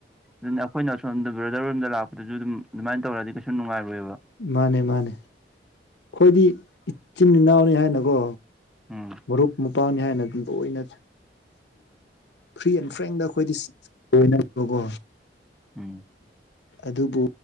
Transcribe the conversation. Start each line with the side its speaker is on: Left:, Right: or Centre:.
Centre: ꯑꯗꯨꯅ ꯑꯩꯈꯣꯏꯅ ꯁꯣꯝꯗ ꯕ꯭ꯔꯗꯔꯣꯝꯗ ꯂꯥꯛꯄꯗꯨꯁꯨ ꯑꯗꯨꯝ ꯑꯗꯨꯃꯥꯏꯅ ꯇꯧꯔꯗꯤ ꯀꯩꯁꯨ ꯅꯨꯡꯉꯥꯏꯔꯣꯏꯑꯕ
Left: ꯃꯥꯅꯦ ꯃꯥꯅꯦ ꯑꯩꯈꯣꯏꯗꯤ ꯏꯆꯤꯟ ꯏꯅꯥꯎꯅꯤ ꯍꯥꯏꯅꯀꯣ
Centre: ꯎꯝ
Left: ꯃꯔꯨꯞ ꯃꯄꯥꯡꯅꯤ ꯍꯥꯏꯅ ꯑꯗꯨꯝ ꯂꯣꯏꯅ ꯐ꯭ꯔꯤ ꯑꯦꯟ ꯐ꯭ꯔꯦꯡꯗ ꯑꯩꯈꯣꯏꯗꯤ ꯂꯕꯀꯣ
Centre: ꯎꯝ
Left: ꯑꯗꯨꯕꯨ